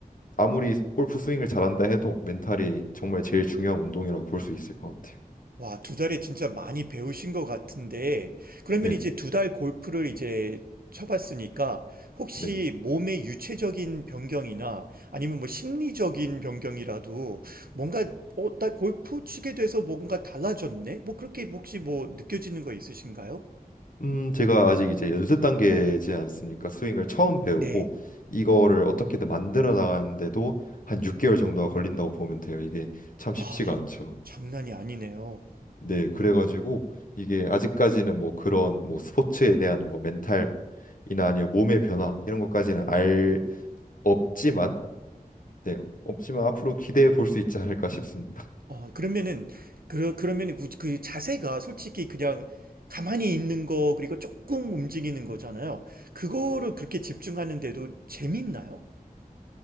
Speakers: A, on the left (about 60°); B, on the right (about 75°).
A: 아무리 골프 스윙을 잘한다 해도 멘탈이 정말 제일 중요한 운동이라고 볼 수 있을 것 같아요.
B: 와, 두 달에 진짜 많이 배우신 것 같은데, 그러면
A: 네,
B: 이제 두 달 골프를 이제 쳐봤으니까, 혹시
A: 네.
B: 몸의 유체적인 변경이나 아니면 뭐 심리적인 변경이라도 뭔가, 어, 나 골프 치게 돼서 뭔가 달라졌네? 뭐 그렇게 혹시 뭐 느껴지는 거 있으신가요?
A: 음, 제가 아직 이제 연습 단계지 않습니까? 스윙을 처음 배우고
B: 네.
A: 이거를 어떻게든 만들어 나가는데도 한 6개월 정도가 걸린다고 보면 돼요. 이게 참
B: 와,
A: 쉽지가 않죠.
B: 장난이 아니네요.
A: 네, 그래가지고 이게 아직까지는 뭐 그런 뭐 스포츠에 대한 뭐 멘탈이나 아니면 몸의 변화 이런 것까지는 알 없지만 네, 없지만 앞으로 기대해 볼 수 있지 않을까 싶습니다.
B: 어, 그러면은, 그, 그러면은 그, 그 자세가 솔직히 그냥 가만히 있는 거, 그리고 조금 움직이는 거잖아요. 그거를 그렇게 집중하는데도 재밌나요?